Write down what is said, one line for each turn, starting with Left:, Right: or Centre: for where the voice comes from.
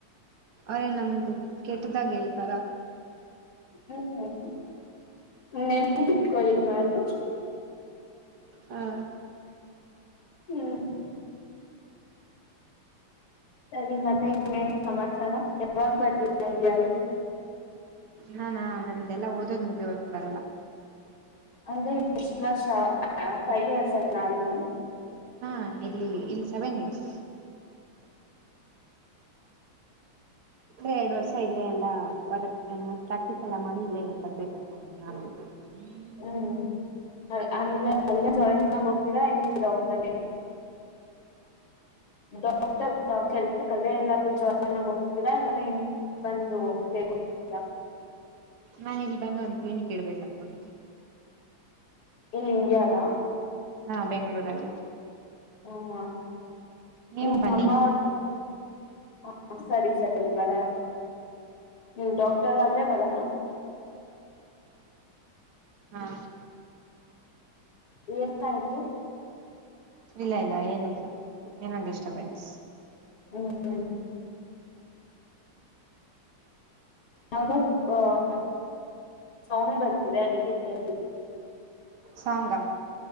Right: ಅವ್ರೇ ನಮ್ ಕೆಟ್ಟದ್ದಾಗಿ ಹೇಳ್ತಾರ
Left: ಹ್ಮ್ ನೆನಪಿಗಿಟ್ಕೊಳ್ಳಿ ಮಾತು
Right: ಹಾ
Left: ಹ್ಮ್ <unintelligible>
Right: ನಾನಾ ನಂದ್ದೆಲ್ಲ ಓದೋದ್ ಮುಗಿಯವರೆಗೆ ಬರಲ್ಲ
Left: ಅದೇ ಎಷ್ಟು ವರ್ಷ ಫೈವ್ ಇಯರ್ಸ್ ನಳ <unintelligible>
Right: ಹಾ ಇಲ್ಲಿ ಇಲ್ಲಿ ಸೆವೆನ್ ಇಯರ್ಸ್ ಅಂದರೆ <unintelligible> ಎರಡು ವರ್ಷ ಇಲ್ಲೇ ಎಲ್ಲಾ ಬರ ಪ್ರಾಕ್ಟೀಸ್ ಎಲ್ಲಾ ಮಾಡಿ ಇಲ್ಲೇ ಬರ್ಬೇಕಪ್ಪ ನಾನ ಹ
Left: ಹ್ಮ್ ಅಂದ್ರೆ ಅಲ್ಲ ಜಾಯಿನ್ ಆಗೋಗ್ತೀರಾ ಹೆಂಗ್ಗೆ ಡಾಕ್ಟರ್ಗೆ ಡಾಕ್ಟರ್ <unintelligible> ಕಲೆ ಎಲ್ಲಾದ್ರೂ ಜಾಯನ್ ಆಗೋಗ್ತೀರಾ ಇಲ್ಲ್ರೆ ಇ ಬಂದು <unintelligible>
Right: ನಾನು ಇಲ್ಲಿ ಬಂದು ಒಂದು ಕ್ಲಿನಿಕ್ ಇಡ್ಬೇಕು ಅನ್ಕೊಂಡಿದ್ದೀನಿ
Left: ಈ ಇಂಡಿಯಾರ
Right: ಹಾ ಬೆಂಗಳೂರಲ್ಲಿ
Left: ಹಾ
Right: ನೀವು
Left: ನಿಮ್ಮಮ್ಮ
Right: ಬನ್ನಿ
Left: <unintelligible> ಹ ಸರಿ ಸರಿ ಬರ <unintelligible> ನೀ ಡಾಕ್ಟರ್ ಆದ್ರೆ ಬರಲ್ಲಾ
Right: ಹಾ
Left: ಏನ್ ಆಯ್ತು
Right: ಇಲ್ಲ ಇಲ್ಲ ಏನ ಇಲ್ಲ ಏನೋ ಡಿಸ್ಟರ್ಬೆನ್ಸ್
Left: ಹ್ಮ್ ಯೋ ಆ ಸೌಂಡ್ ಬರ್ತಿದೆ ಅದಕ್ಕೆ ಕೇಳಿದ್ದು
Right: ಸಾಂಗ್ ಹ